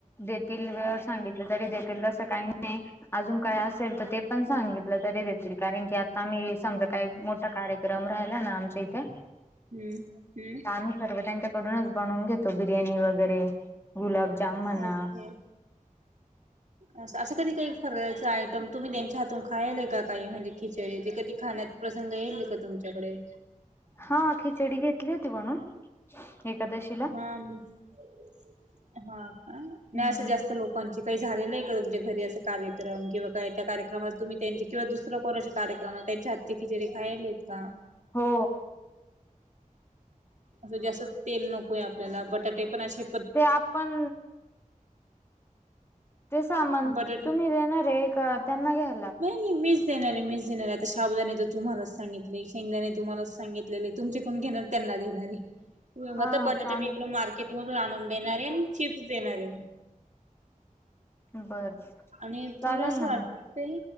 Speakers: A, on the left (about 15°); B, on the right (about 60°).
A: देतील वे सांगित तरी देतील तसं काही नाही अजून काय असेल तर ते पण सांगितलं तरी देतील कारण की आता मी समजा काही मोठा कार्यक्रम राहिला ना आमच्या इथे
B: हम्म हम्म
A: तर आम्ही सर्व त्यांच्याकडूनच बनवून घेतो बिर्याणी वगैरे गुलाबजाम म्हणा
B: ओके अस असं कधी काही खर चा आयटम तुम्ही त्यांच्या हातून खायलय काही म्हणजे खिचडी ते कधी खाण्यात प्रसंग येईल का तुम च्याकडे
A: हा खिचडी घेतली होती म्हणून एकादशी
B: हा हा का नाहीं
A: हम्म
B: अस जास्त लोक कोण काही झालेलं आहे का तुमच्या घरी अस कार्यक्रम किंवा काय त्या कार्यक्रमात तुम्ही त्यांचे किंवा दुसर्या कोणाच्या कार्यक्रमला त्यांच्या हातची खिचडी खायलेत का
A: हो
B: असं जास्त तेल नकोय आपल्याला बटाटे पण असे
A: ते आपण ते सामान
B: बटाटे
A: तुम्ही देणार आहे का त्यांना घ्या.
B: नाही नाही मी. देणारे मिस देणारे आता शाबदाने तर तुम्हालाच सांगितले शेंगदाने तुम्हालाच सांगितले तुमचे कोण घेणार. त्यांना देणारी.
A: <unintelligible>
B: आता बटाटे
A: चालेल
B: मी इकड मार्केट मधून आणून देणार आहे आणि चिप्स देणार आहे मी.
A: बर
B: आणि
A: चालेल
B: थोडस
A: ना
B: वाटतय.
A: मग